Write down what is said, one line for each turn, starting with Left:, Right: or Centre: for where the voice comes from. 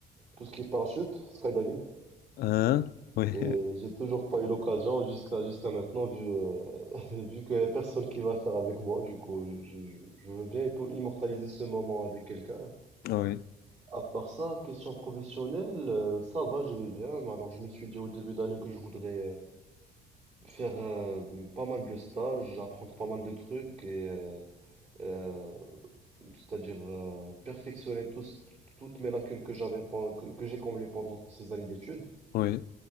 Right: tout ce qui est parachute, skydiving.
Left: Hein? Oui,
Right: Et j'ai toujours pas eu l'occasion jusqu'à jusqu'à maintenant, vu, euh, <laughs> vu qu'il y a personne qui va faire avec moi. Du coup, je, je veux bien immo- immortaliser ce moment avec quelqu'un.
Left: <laughs> oui,
Right: À part ça, question professionnelle, euh, ça va, je vais bien. Alors je me suis dit au début d'année que je voudrais euh, Faire euh, pas mal de stages, apprendre pas mal de trucs et euh, euh, c'est-à-dire euh, perfectionner tous- toutes mes lacunes que j'avais pen- que, que j'ai comblées pendant ces années d'études.
Left: oui.